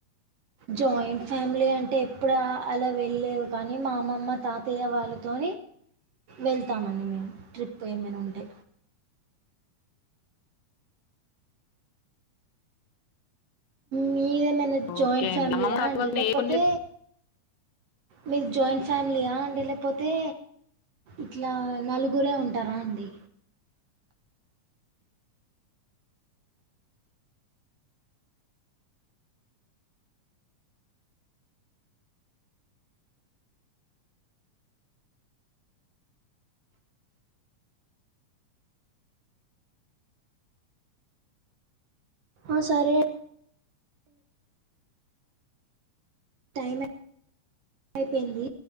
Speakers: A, on the right; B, on the left.
A: జయింట్ ఫ్యామిలి ఫమిలీ అంటే ఎప్పుడు అలా వెళ్ళలేదు కానీ మా అమ్మమ్మ తాతయ్య వాళ్ళతో వెళ్తామండి మేము ట్రిప్పు ఏమైనా ఉంటే మీదే మన్న జాయింట్
B: ఓకే
A: ఫ్యామిలీయా
B: అండి అమ్మమ్మ తాత
A: అండి
B: వాళ్ళని
A: లేకపోతే
B: ఏ పుణ్య
A: మీరు జాయింట్ ఫ్యామిలీయా అండి లేకపోతే ఇట్లా నలుగురే ఉంటారా అండి ఆ సారే టైం అయిపోయింది